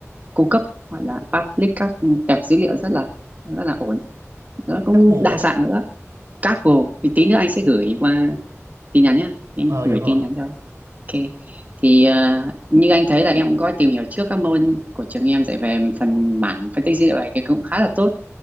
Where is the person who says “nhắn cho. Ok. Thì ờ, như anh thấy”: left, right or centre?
Right